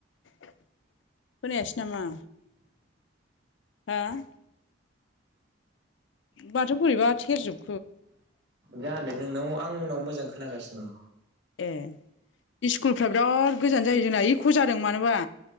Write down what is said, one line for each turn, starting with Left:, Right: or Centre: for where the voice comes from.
Left: खोनायासै नामा हा-। माथो बोरैबा थेरजोब-।
Right: जानो नोंनाव आं नाव मोजां खोनागासिनो दंङ।
Left: ए इस्कुलफ्रा बिराद गोजान जायो जोंना इख' जादों मानोबा।